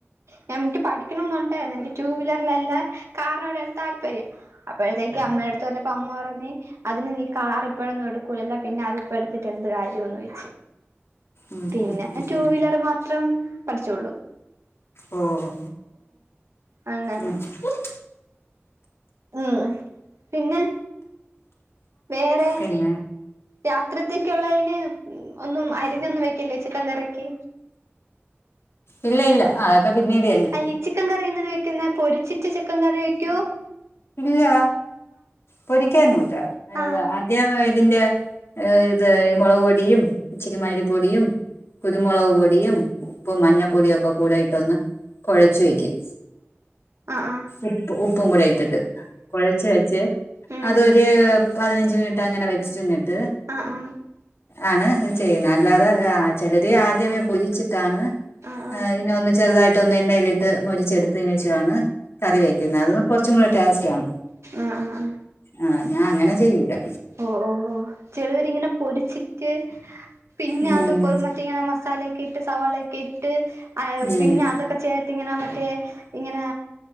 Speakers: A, on the right; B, on the left.
A: ഞാ എനിക്ക് പഠിക്കണോന്നൊണ്ടായിരുന്നു എനിക്ക് ടൂ വീലറിൽ എല്ലാ കാറിനോടാണ് താല്പര്യം അപ്പോഴത്തേക്ക് അമ്മേടടുത്ത് പറഞ്ഞപ്പം അമ്മ പറ നീ അതിന് നീ കാറിപ്പഴൊന്നും എടുക്കൂലല്ല പിന്ന അതിപ്പ എടുത്തിട്ട് എന്ത് കാര്യോന്നോയിച്ച്
B: ഉം
A: പിന്നെ
B: ഉം ഉം
A: ടൂ
B: ഉം
A: വീലറ് മാത്രം പഠിച്ചോള്ളൂ
B: ഓ ഓ
A: അങ്ങനെ
B: മ്മ്
A: ഉം പിന്നെ വേറെ
B: പിന്നെ
A: രാത്രിത്തേക്കുള്ളയിന് മ്മ് ഒന്നും അരിഞ്ഞൊന്നും വെക്കല്ലേ ചിക്കൻ കറിക്ക്
B: ഇല്ല ഇല്ല അതൊക്കെ പിന്നീട് തന്നെ
A: അയ്യേ ചിക്കൻ കറി എങ്ങനാ വെക്കുന്നെ പൊരിച്ചി ചിക്കൻ കറി വെയ്ക്കോ
B: ഇല്ല പൊരിക്കേന്നുല്ല ഏ
A: ആ
B: അദ്യം ഇതിന്റെ ഏ ഇത് ഈ മൊളവ് പൊടിയും ഇച്ചിരി മല്ലിപ്പൊടിയും കുരുമൊളവ് പൊടിയും ഉപ്പും മഞ്ഞപ്പൊടിയും ഒക്ക കൂടയിട്ടൊന്ന് കൊഴച്ച് വെക്കും
A: ആ ആ
B: ഉപ്പ് ഉപ്പും കൂടെയിട്ടിട്ട് കൊഴച്ച് വെച്ച്
A: ഉം
B: അതൊര് പതിനഞ്ച് മിനിറ്റ് അങ്ങനെ വെച്ചിരുന്നിട്ട്-
A: ആഹ് ആഹ്
B: ആണ് ചെയ്യുന്നത് അല്ലാതെ ചിലര് ആദ്യമേ പൊരിച്ചിട്ട് ആണ്-
A: ആഹ് ആഹ്
B: അയിനെ ഒന്ന് ചെറുതായിട്ട് ഒന്ന് എണ്ണയിലിട്ട് മൊരിച്ചെടുത്തതിനനച്ചാണ് കറി വെക്കുന്നത് അത് കുറച്ചൂടെ ടേസ്റ്റ് ആണ്
A: ആ ഉ
B: ആഹ് ഞാൻ അങ്ങനെ ചെയ്യൂല
A: ഓ ഓ ഓ ചിലവരിങ്ങനെ പൊരിച്ചിട്ട് പിന്നെ
B: ഉം
A: അത് കോഴിമുട്ട ഇങ്ങനെ മസാലൊക്കെ ഇട്ട് സവാളൊക്കെ ഇട്ട്- ആ പിന്നെ
B: ഉം
A: അതൊക്കെ ചേർത്ത് ഇങ്ങനെ മറ്റേ ഇങ്ങനെ